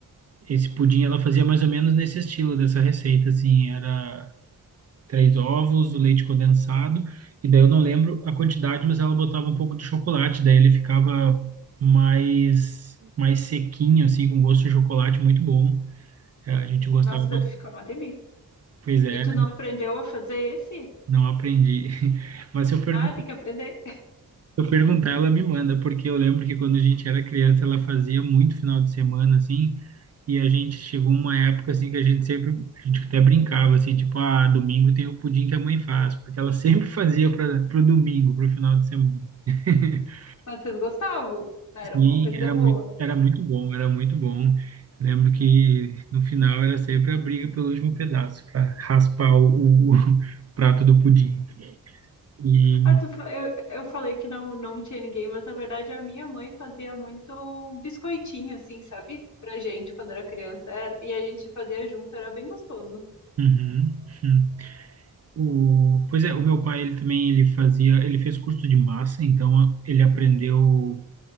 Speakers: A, on the right; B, on the left.
A: esse pudim ela fazia mais ou menos nesse estilo dessa receita, assim, era três ovos, o leite condensado, e daí eu não lembro a quantidade, mas ela botava um pouco de chocolate, daí ele ficava mais mais sequinho, assim, com gosto de chocolate, muito bom. É, A gente gostava
B: Nossa,
A: bastante.
B: deve ficar uma delícia.
A: Pois é,
B: E tu não aprendeu a fazer esse?
A: não aprendi. <laughs> Mas se eu perguntar
B: Ah, tem que aprender.
A: eu perguntar, ela me manda, porque eu lembro que quando a gente era criança, ela fazia muito final de semana, assim, e a gente chegou uma época, assim, que a gente sempre, a gente até brincava, assim, tipo, ah, domingo tem o pudim que a mãe faz, porque ela <laughs> sempre fazia para pro domingo, pro final de semana. <laughs>
B: Mas vocês gostavam? Era
A: Sim,
B: uma coisa
A: era
B: boa.
A: muito, era muito bom, era muito bom. Lembro que
B: <laughs>
A: no final era sempre a briga pelo último pedaço, para raspar o, o <laughs> prato do pudim. E,
B: Ah, tu, fa- eu, eu falei que não, não tinha ninguém, mas na verdade a minha mãe fazia muito biscoitinho, assim, sabe? Pra gente quando era criança. Era- e a gente fazia junto, era bem gostoso.
A: uhum. hum. O, pois é, o meu pai, ele também, ele fazia, ele fez curso de massa, então a- ele aprendeu,